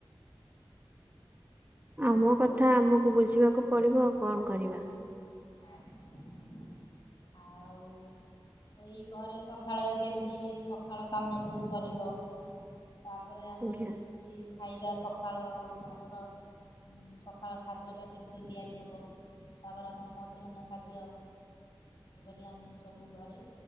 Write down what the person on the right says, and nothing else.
ଆମ କଥା ଆମକୁ ବୁଝିବାକୁ ପଡିବ ଆଉ କଣ କରିବା।
ଆଜ୍ଞା।